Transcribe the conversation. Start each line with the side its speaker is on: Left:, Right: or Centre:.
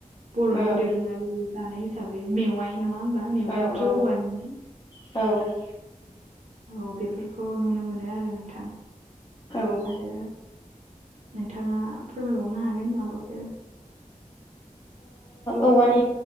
Right: बर'नि
Left: औ
Right: दोरोङारि जानाय हिसाबै मेवाइ नङा होमबा मेवायाबोथ'
Left: औ औ
Right: औवानिनो
Left: औ
Right: औ बेफोरखौ नुनो मोनो आरो नोंथां
Left: ओ
Right: आरो नोंथाङा फोरमायबावनो हागोन माबाफोर औ
Left: औवानि